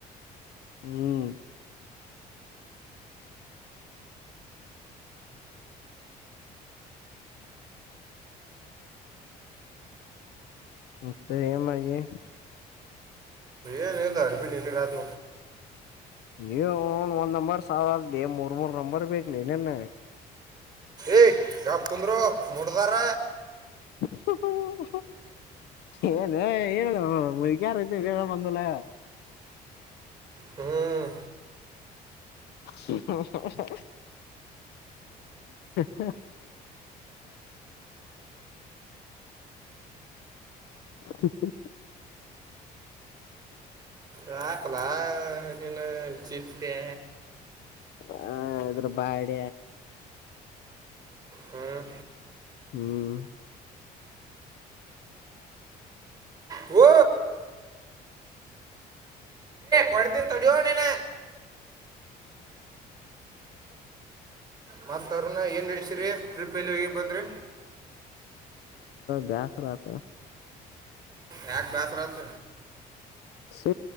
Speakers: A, on the left (about 75°); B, on the right (about 20°).
A: ಹ್ಮ್ ತ್ತ ಏ ಮಾಡಿಗೆ
B: ಏನ್ ಎಲ್ಲ ಅಡುಪಿಿನಿ ನಿನ್ನ ರಾತ್
A: ನೀವನ್ ಒಂದ್ ನಂಬರ್ ಸಾಲ್ದಾ ಅಲ್ದಿ ಮೂರ್ ಮೂರ್ ನಂಬರ್ ಬಗ್ಲಿನ್ನನ್
B: ಎ ಗ್ಯಾಪ್ ಕೊಂಡ್ರೋ ಮೂಡ್ದರ
A: ಹ ಹೂ ಹೂ ಏನ್ ಹೇಳ ಯಾರ ಐತೆ ಬ ಬಂದಲ್ಲ
B: ಹ್ಮ್
A: ಹೂ ಹಾ ಹಾ ಹ <inaudible>
B: ರಾಕ್ಲ ನಿನು ಜಿಪ್ತೆ
A: ಹ ಅದ್ರ ಬಾಡ
B: ಹ್ಮ್
A: ಹ್ಮ್
B: ಓ ಕೊಡತಿನ ತಡಿಯೋ ನಿನ ಮತ್ ಅವ್ರನ ಏನ್ ಹಡಸಿರಿ ಟ್ರಿಪ್ ಎಲ್ಲಿ ಹೋಗಿ ಬಂದ್ರಿ
A: ಬ್ಯಾಸರತ
B: ಯಾಕ್ ಬ್ಯಾಸ್ರತ್
A: ಸ